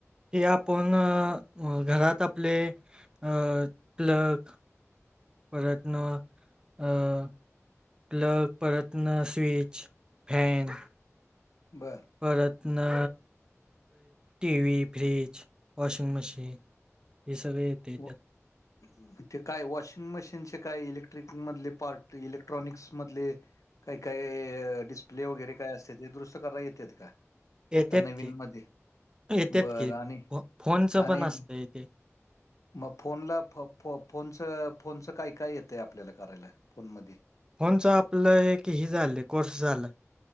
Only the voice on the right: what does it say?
ते आपण, घरात आपले, अ प्लग प्रयत्न अं अं प्लग परत ना स्विच, फॅन
परत ना, T V, fridge, washing machine हे सगळे येतात
येतात
की
येतात
की
फो फोनचं
पण असतं ते
फोनचं आपलं एक हे झालं, कोर्स झाला.